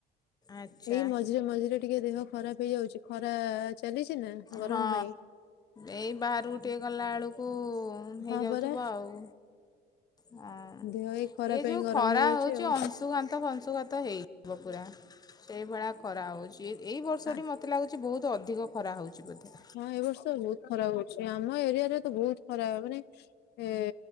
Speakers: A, on the left; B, on the left.
A: ଆଚ୍ଛା
B: ଏଇ ମଝିରେ ମଝିରେ ଟିକେ ଦେହ ଖରାପ ହେଇଯାଉଛି, ଖରା ଚାଲିଛି ନା। ଗରମ
A: ହଁ
B: ପାଇଁ।
A: ଏଇ ବାହାରକୁ ଟିକେ ଗଲାବେଳକୁ
B: ହଁ
A: ହେଇଯାଉଥିବ
B: ପରା
A: ଆଉ। ଆ।
B: ଦେହ ଏଇ ଖରା
A: ଏ
B: ପାଇଁ
A: ଯୋଉ
B: ଗରମ
A: ଖରା
B: ହେଇଯାଉଛି
A: ହଉଛି,
B: ଆଉ
A: ଅଂଶୁଘାନ୍ତ ଫଶୁଘାନ୍ତ ହେଇଯିବ ପୁରା। ସେଇଭଳିଆ ଖରା ହଉଛି, ଏଇ ବର୍ଷଟି
B: ହଁ।
A: ମତେ ଲାଗୁଛି ବହୁତ ଅଧିକ ଖରା ହଉଛି ବୋଧେ?
B: ହଁ ଏବର୍ଷ ବହୁତ ଖରା ହଉଚି, ଆମ ଏରିଆରେ ତ ବହୁତ ଖରା ମାନେ ଏ